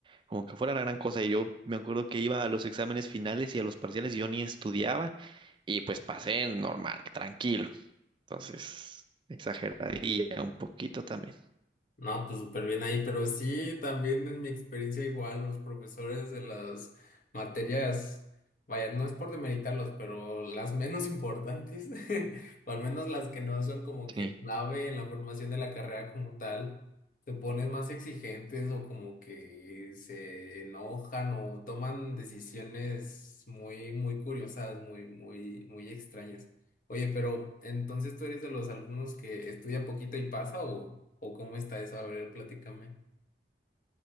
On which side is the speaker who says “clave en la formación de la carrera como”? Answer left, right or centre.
Left